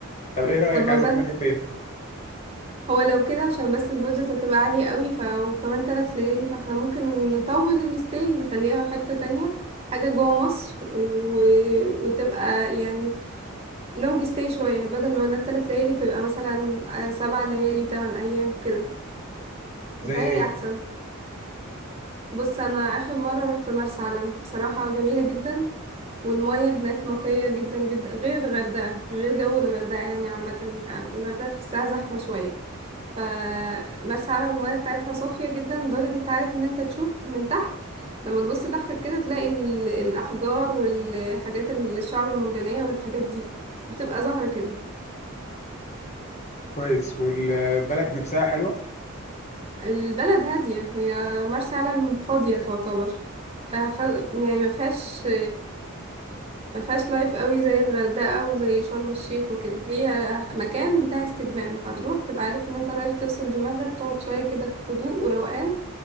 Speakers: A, on the left (about 35°); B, on the right (about 30°).
A: طب إيه رأيك
B: طب ما
A: عايزة
B: بد
A: تروحي فين؟
B: هو لو كده عشان بس البادجت هتبقى عالية قوي ف وكمان تلات ليالي فاحنا ممكن نطول الستي نخليها في حتة تانية حاجة جوه مصر و... وتبقى يعني لونج ستي شوية بدل ما انا التلات ليالي تبقى مثلا آه، سبع ليالي تمن أيام كده
A: زي
B: متهيألي
A: إيه؟
B: أحسن بص انا اخر مره رحت مرسى علم بصراحه جميله جدا والمياه هناك نقيه جدا جدا غير الغردقه غير جو الغردقه يعني عامه الغردقه تحسها زحمه شويه فمرسى علم المياه بتاعتها صافيه جدا لدرجه عارف ان انت تشوف من تحت لما تبص تحتك كده تلاقي ال- الاحجار والحاجات ال- الشعب المرجانيه والحاجات دي بتبقى ظاهره كده
A: كويس والبلد نفسها حلوة
B: البلد هاديه هي مرسى علم فاضيه تعتبر فف... يعني ما فيهاش ما فيهاش لايف قوي زي الغردقه وزي شرم الشيخ وكده هي مكان بتاع استجمام هتروح تبقى عارف ان انت رايح تفصل دماغك تقعد شويه كده في هدوء وروقان